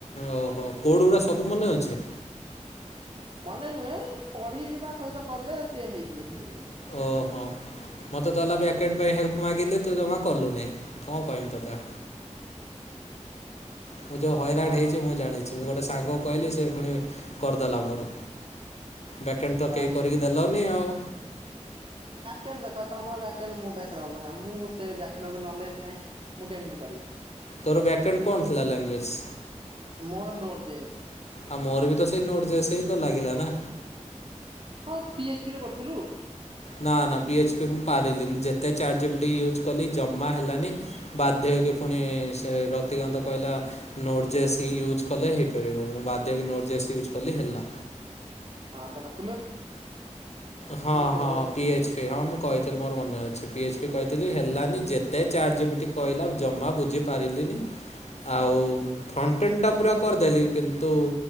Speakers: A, on the left; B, on the right.
A: ଓହୋ କୋଉଠି କୋଡ଼ ରା଼ ସବୁ ମନେ ଅଛି?
B: ମନେ ନୁହେଁ ପଢିବା ସହିତ କଲେ ସିଏ ହେଇଯିବ। ଧୀରେ ଧୀରେ
A: ଓହୋ ମତେ ତାଲା ବ୍ୟାକେ
B: ହଁ
A: ପାଇଁ ହେଲ୍ପ ମାଗିଲି ତୁ ଜମା କଲୁନି। କଣ କହିବି ତତେଆ ମୁଁ ଯୋଉ ହଇରାଣ
B: ହଁ
A: ହେଇଛି ମୁଁ ଜାଣିଛି ମୁଁ ଗୋଟେ ସାଙ୍ଗ କହିଲି ସେ ପୁଣି କରିଦେଲା ମୋର ବ୍ୟାକେଣ୍ଟ ତ
B: ଓ
A: କେହି
B: ଆଚ୍ଛା।
A: କରିକି ଦେଲନି ଆଉ।
B: କେନ ଦେଖ ତମର ବ୍ୟାକେନ ମୋ ବ୍ୟାକେଣ୍ଟ ଅଲଗା ମୁଁ ସେ ବ୍ୟାକେଣ୍ଟ ଉପରେ ନଲେଜ ନାହିଁ ମୁଁ କେମିତି କରିବି।
A: ତୋର ବ୍ୟାକଣ୍ଡ କଣ ଥିଲା ଲାଙ୍ଗୁଏଜ?
B: ମୋର ନୋଟ ଜେସ୍
A: ଆଉ ମୋର ବି ତ ସେଇ ନୋଡ଼ଜେସ ହିଁ ତ ଲାଗିଲା ନା।
B: ହଁ ପି ଏଚ୍ ପି ରେ କରିଥିଲୁ?
A: ନା ନା ପିଏଚ୍ପି ମୁଁ ପାରିଲିନି ଯେତେ ଚାର୍ଟ ଜି ପିଟି ୟୁଜ୍ କଲି ଜମା ହେଲାନି ବାଧ୍ୟ ହୋଇକି ପୁଣି ସେ ର ତିକାନ୍ତ କହିଲା ନୋଟ୍ ଜେସ୍ ହିଁ ୟୁଜ୍ କଲେ ହେଇପାରିବ ମୁଁ ବାଧ୍ୟ ହେଇକି ନୋଟ୍ ଜେସ୍ ୟୁଜ୍ କଲି ହେଲା।
B: ହଁ ଦେଖା।
A: ହଁ
B: ତେଣୁକରି
A: ହଁ ପି ଏଚ ପି ହଁ ମୁଁ କହିଥିଲି ମୋର ମନେ ଅଛି ପି ଏ କହିଥିଲି ହେଲାନି ଯେତେ ଚାର୍ଟ ଜି ପିଟି କହିଲା ଜମା ବୁଝିପାରିଲିନି। ଆଉ ଫ୍ରଣ୍ଟେନ୍ ଟା ପୁରା କରିଦେଲି କିନ୍ତୁ